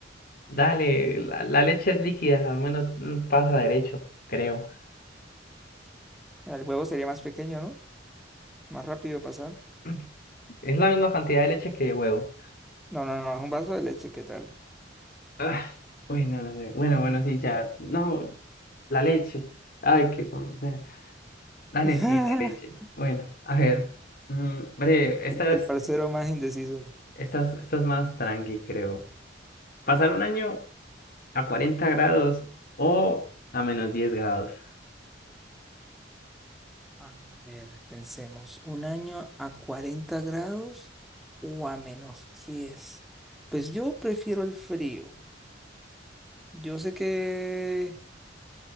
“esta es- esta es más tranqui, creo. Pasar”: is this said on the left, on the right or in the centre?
Left